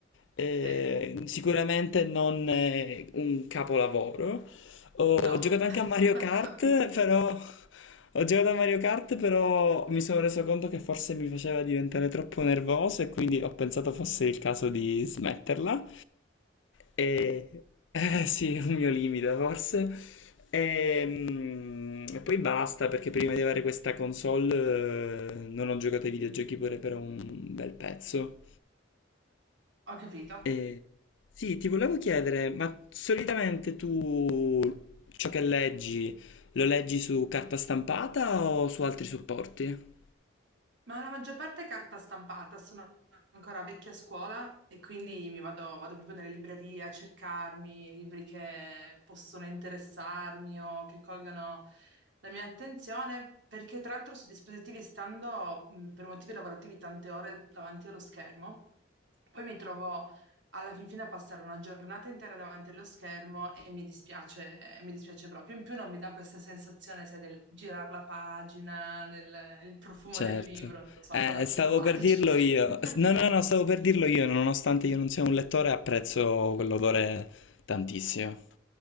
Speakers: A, on the left; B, on the right.
A: eh,
B: Sì.
A: sicuramente non eh, un capolavoro ho
B: No,
A: giocato
B: <laughs>
A: anche a Mario
B: d'accordo.
A: Kart, però ho giocato a Mario Kart, però mi sono reso conto che forse mi faceva diventare troppo nervoso e quindi ho pensato fosse il caso di smetterla. E eh, sì, è un mio limite forse. E, mm, e poi basta, perché prima di avere questa console, eh, non ho giocato ai videogiochi pure per un bel pezzo.
B: Ho capito.
A: Eh, sì, ti volevo chiedere, ma solitamente tu ciò che leggi lo leggi su carta stampata o su altri supporti?
B: Ma la maggior parte è carta stampata, sono ancora vecchia scuola e quindi mi vado, vado proprio nelle librerie a cercarmi libri che possono interessarmi o che colgano la mia attenzione, perché tra l'altro su dispositivi stando mh, per motivi lavorativi tante ore davanti allo schermo, poi mi trovo alla fin fine a passare una giornata intera davanti allo schermo e mi dispiace, eh, mi dispiace proprio. In più non mi dà questa sensazione, sai, del girare la pagina, del il profumo
A: Certo.
B: del libro, non lo so,
A: Eh,
B: un po' da psicopatici.
A: stavo per dirlo io.
B: <laughs>
A: No, no, no, stavo per dirlo io, nonostante io non sia un lettore, apprezzo quell'odore tantissimo.